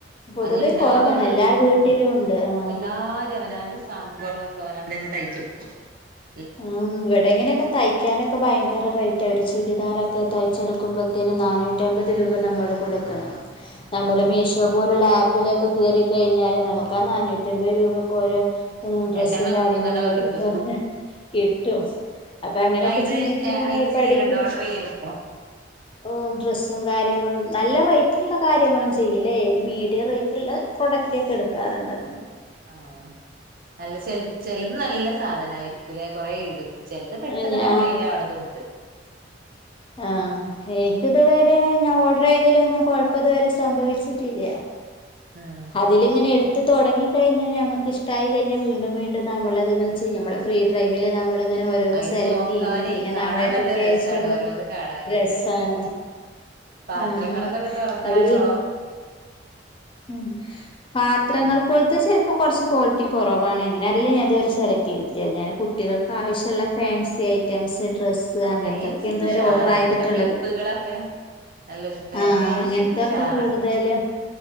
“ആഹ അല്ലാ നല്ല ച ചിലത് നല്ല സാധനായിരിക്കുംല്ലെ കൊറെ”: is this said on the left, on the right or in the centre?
Right